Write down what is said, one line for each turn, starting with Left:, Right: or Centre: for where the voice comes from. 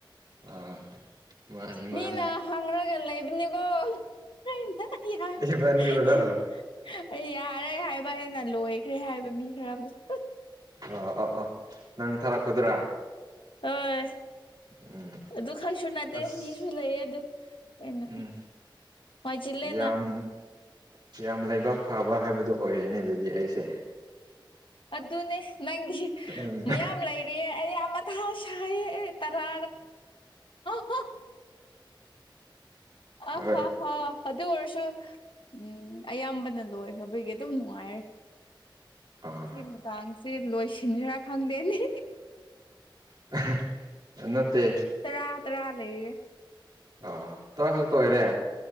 Right: ꯑꯥ ꯃꯥꯅꯤ ꯃꯥꯅꯤ
Left: ꯃꯤꯅ ꯍꯪꯔꯒ ꯂꯩꯕꯅꯤ <unintelligible> ꯂꯣꯏꯈ꯭ꯔꯦ
Right: ꯏꯕꯥꯅꯤꯔꯣ ꯑꯣ
Left: ꯍꯥꯏꯕ ꯃꯤ ꯈꯔꯃꯨꯛ ꯍꯥ
Right: ꯑ ꯑꯥ ꯑꯥ ꯅꯪ ꯊꯥꯔꯛꯄꯗꯨꯔꯥ
Left: ꯑꯣꯏꯁ
Right: ꯎꯝ
Left: ꯑꯗꯨ ꯈꯛꯁꯨ ꯅꯠꯇꯦ
Right: ꯑꯁ
Left: ꯃꯤꯁꯨ ꯂꯩꯌꯦ ꯑꯗꯨ ꯑꯩꯅ
Right: ꯎꯝ
Left: ꯋꯥꯏ ꯆꯤꯜꯂꯦꯅ
Right: ꯌꯥꯝ ꯌꯥꯝ ꯂꯩꯕꯥꯛ ꯐꯕ ꯍꯥꯏꯕꯗꯣ ꯑꯣꯏꯔꯦꯅꯦ ꯑꯗꯨꯗꯤ ꯑꯩꯁꯦ
Left: ꯑꯗꯨꯅꯦ ꯅꯪꯒꯤ
Right: ꯎꯝ
Left: ꯃꯌꯥꯝ ꯂꯩꯔꯤꯑꯦ ꯑꯩ ꯌꯥꯝ ꯃꯊꯥ ꯁꯥꯏ ꯑꯦ ꯇꯔꯥ <unintelligible> ꯑꯥ
Right: ꯍꯣꯏ
Left: ꯍ ꯍ ꯑꯗꯨ ꯑꯣꯏꯔꯁꯨ ꯎꯝ ꯑꯌꯥꯝꯕꯅ ꯂꯣꯏꯈ꯭ꯔꯕꯒꯤ ꯑꯗꯨꯝ ꯅꯨꯡꯉꯥꯏꯔꯦ
Right: ꯑꯥ
Left: ꯁꯤ ꯅꯨꯡꯗꯥꯡ ꯁꯤ ꯂꯣꯏꯁꯤꯟꯈ꯭ꯔ ꯈꯪꯗꯦꯅꯦ
Right: ꯍꯥ ꯑ ꯅꯠꯇꯦ
Left: ꯇꯔꯥ ꯇꯔꯥ ꯂꯩꯌꯦ
Right: ꯑ ꯇꯔꯥ ꯈꯛꯇ ꯑꯣꯏꯔꯦ